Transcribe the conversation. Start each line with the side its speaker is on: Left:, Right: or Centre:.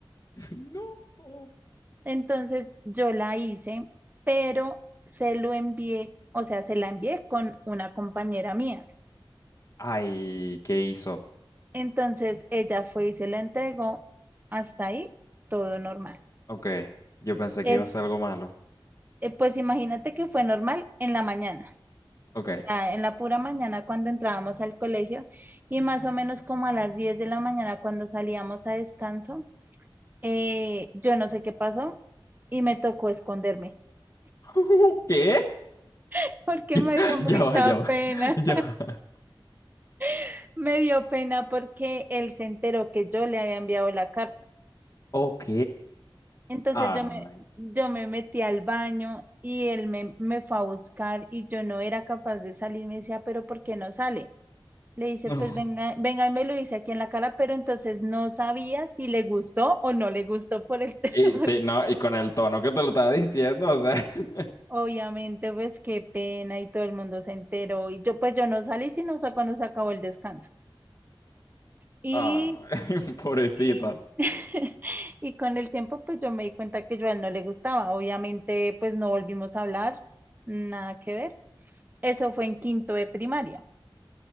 Left: <laughs> No.
Right: Entonces yo la hice, pero se lo envié, o sea, se la envié con una compañera mía.
Left: Ay, ¿qué hizo?
Right: Entonces ella fue y se la entregó. Hasta ahí, todo normal.
Left: Ok, yo pensé que
Right: Es,
Left: iba a ser algo malo.
Right: eh, pues imagínate que fue normal en la mañana.
Left: Ok.
Right: sea, en la pura mañana cuando entrábamos al colegio y más o menos como a las 10 de la mañana cuando salíamos a descanso, eh, yo no sé qué pasó y me tocó esconderme
Left: <laughs> ¿Qué?
Right: <laughs> porque
Left: <laughs>
Right: me dio mucha
Left: Ya va, ya va,
Right: pena,
Left: <laughs> ya va.
Right: <laughs> me dio pena porque él se enteró que yo le había enviado la carta.
Left: Ok.
Right: Entonces
Left: Ay,
Right: yo me, yo me metí al baño y él me, me fue a buscar y yo no era capaz de salir, me decía, pero ¿por qué no sale? Le
Left: <laughs>
Right: dice,
Left: no.
Right: pues venga, venga, y me lo dice aquí en la cara, pero entonces no sabía si le gustó o no le gustó por el <laughs> tema.
Left: Y sí, no, y con el tono que te lo estaba diciendo, o sea, <laughs>
Right: Obviamente, pues qué pena y todo el mundo se enteró. Y yo, pues yo no salí sino hasta cuando se acabó el descanso. Y,
Left: ay, <laughs> pobrecita.
Right: y, <laughs> y con el tiempo, pues yo me di cuenta que yo a él no le gustaba. Obviamente, pues no volvimos a hablar, nada que ver. Eso fue en quinto de primaria.